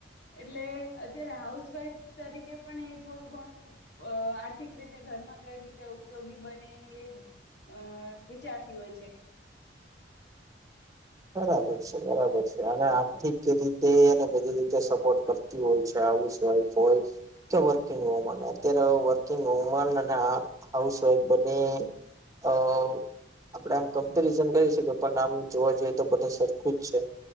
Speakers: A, on the left (about 65°); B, on the right (about 20°).
A: એટલે અત્યારે હાઉસવાઈફ તરીકે પણ એ થોડું ઘણું અહ આર્થિક રીતે ઘરમાં કઈ રીતે ઉપયોગી બને એ અહ વિચારતી હોય છે.
B: બરાબર છે, બરાબર છે. અને આર્થિક રીતે એ બધી રીતે સપોર્ટ કરતી હોય છે હાઉસવાઈફ હોય કે વર્કિંગ વુમન અત્યારે વર્કિંગ વુમન અને આ હાઉસવાઈફ બને અહ આપડે આમ કમ્પેરિઝન કરી શકીએ પણ આમ જોવા જઈ તો બધા સરખું જ છે